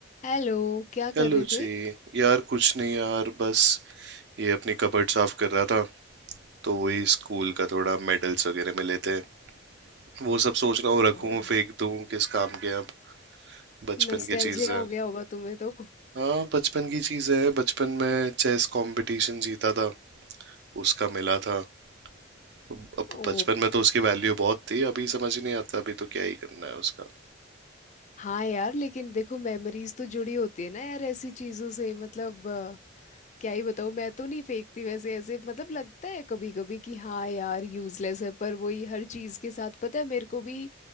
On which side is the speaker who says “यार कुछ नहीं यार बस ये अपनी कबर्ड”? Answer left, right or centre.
Right